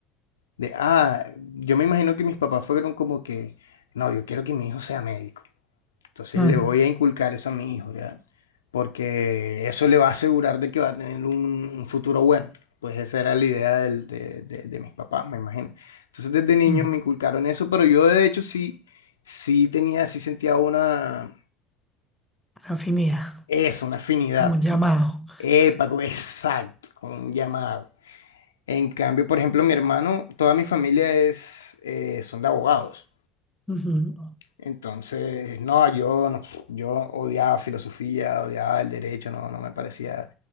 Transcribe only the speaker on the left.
de, ah, yo me imagino que mis papás fueron como que, no, yo quiero que mi hijo sea médico. Entonces
le voy a inculcar eso a mi hijo, ¿ya? Porque eso le va a asegurar de que va a tener un, un futuro bueno. Pues esa era la idea del- de, de- de mis papás, me imagino. Entonces desde niño
me inculcaron eso, pero yo de hecho sí, sí tenía, sí sentía una,
eso, una afinidad.
Epa, co- exacto, con un llamado. En cambio, por ejemplo, mi hermano, toda mi familia es, eh, son de abogados.
Entonces, no, yo, no, yo odiaba filosofía, odiaba el derecho, no, no me parecía